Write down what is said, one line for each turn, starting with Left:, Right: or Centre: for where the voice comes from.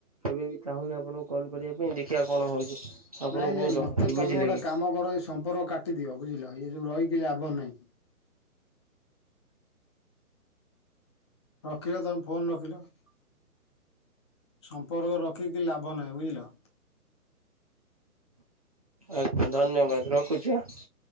Right: କେବେ ବି ଚାହୁଁନି ଆପଣଙ୍କୁ କଲ କରିବା ପାଇଁ ଦେଖିବା କଣ ହଉଛି। ଆପଣଙ୍କୁ
Left: ନାଇଁ ନାଇଁ
Right: ମୁଁ ଜଣେଇବି
Left: ମତେ
Right: ବୁଝିଲେ
Left: ତମେ ଗୋଟେ
Right: କି
Left: କାମ କର ଏ ସମ୍ପର୍କ କାଟିଦିଅ ବୁଝିଲ ଇଏ ଯୋଉ ରହିକି ଲାଭ ନାହିଁ। ରଖିଲ ତମ ଫୋନ୍ ରଖିଲ। ସମ୍ପର୍କ ରଖିକି ଲାଭ ନାହିଁ ବୁଝିଲ।
Right: ଆଜ୍ଞା ଧନ୍ୟବାଦ ରଖୁଛି ହାଁ।